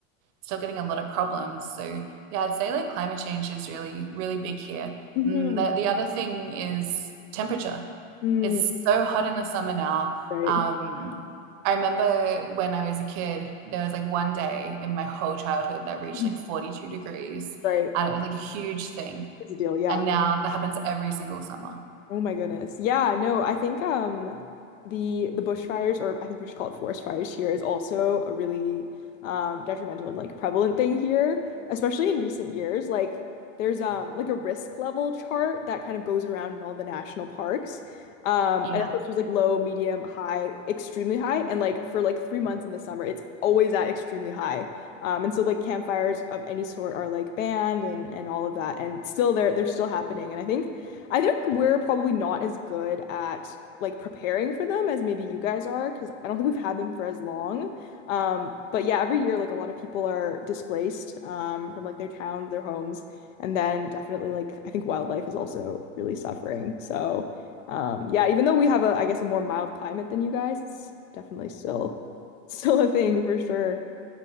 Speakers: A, on the right; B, on the left.
A: still getting a lot of problems. So yeah, I'd say like climate change is really really big here.
B: Mm-hmm.
A: And the, the other thing is temperature.
B: mm,
A: It's so hot in the summer now.
B: Right.
A: Um, I remember when I was a kid, there was like one day in my whole childhood that reached
B: Mhm.
A: like 42 degrees,
B: Right.
A: and it was like a huge thing.
B: It's a deal. Yeah.
A: And now that happens every single summer.
B: Oh my goodness. Yeah, no, I think um the the bushfires or I think we just call it forest fires here is also a really um detrimental and like prevalent thing here, especially in recent years. Like there's um like a risk level chart that kind of goes around in all the national parks. Um
A: Yeah.
B: and of course there's like low, medium, high, extremely high and like for like 3 months in the summer it's always at extremely high. Um and so like campfires of any sort are like banned and and all of that and still they're they're still happening and I think I think we're probably not as good at like preparing for them as maybe you guys are, because I don't think we've had them for as long. Um, but yeah, every year like a lot of people are displaced um, from like their towns, their homes, and then definitely like I think wildlife is also really suffering. So um, yeah, even though we have a I guess a more mild climate than you guys, it's definitely still <laughs> still a thing for sure.